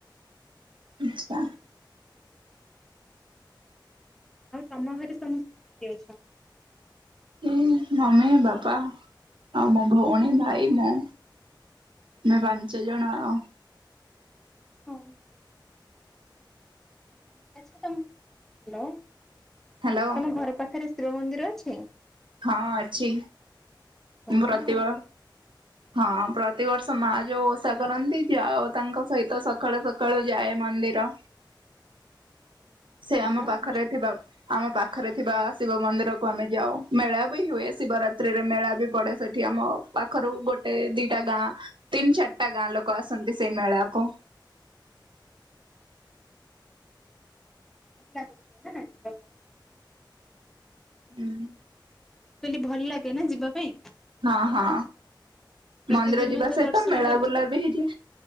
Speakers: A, on the right; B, in the centre.
A: ଆଚ୍ଛା।
B: ଆଉ ତମ ଘରେ ସମସ୍ତେ କି କିଏ ଅଛନ୍ତି?
A: ଏ ମମି, ବାପା ଆଉ ମୋ ଭଉଣୀ ଭାଇ ମୁଁ। ଆମେ ପାଞ୍ଚ ଜଣ ଆଉ।
B: ହଁ ଆଛା ତମେ ହ୍ୟାଲୋ
A: ହ୍ୟାଲୋ
B: ତମ ଘର ପାଖରେ ଶିବ ମନ୍ଦିର ଅଛି?
A: ହଁ ଅଛି
B: ଭଲ
A: ପ୍ରତିଭ
B: ଆଉ।
A: ହଁ ପ୍ରତିବର୍ଷ ମା ଯୋଉ ଓଷା କରନ୍ତି ଯାଉ ତାଙ୍କ ସହିତ ସକାଳେ ପ୍ର ସକାଳୁ ଯାଏ ମନ୍ଦିର।
B: ଓହୋ।
A: ସେ
B: ଭଲ
A: ଆମ ପାଖରେ
B: ଆଉ
A: ଥିବା ଆମ ପାଖରେ ଥିବା ଶିବ ମନ୍ଦିରକୁ ଆମେ ଯାଉ ମେଳା ବି ହୁଏ ଶିବରାତ୍ରିରେ ମେଳା ବି ପଡେ ସେଠି ଆମ ପାଖରୁ ଗୋଟେ ଦିଟା ଗାଁ। ତିନି ଚାରଟା ଗାଁ ଲୋକ ଆସନ୍ତି ସେଇ ମେଳାକୁ।
B: ଆଚ୍ଛା ଆଚ୍ଛା। ଭଲ ଲାଗୁଥିବ ନା? ଯିବା ପାଇଁ। ମୁଁ
A: ହୁଁ।
B: କହିଲି ଭଲ ଲାଗେ ନା ଯିବା ପାଇଁ?
A: ହଁ ହଁ
B: ପ୍ରତିଦିନ
A: ମନ୍ଦିର ଯିବା
B: ତ
A: ସହିତ
B: ଦର୍ଶନ
A: ମେଳା
B: କରୁଥିବ।
A: ବୁଲା ବି ହେଇଯାଏ।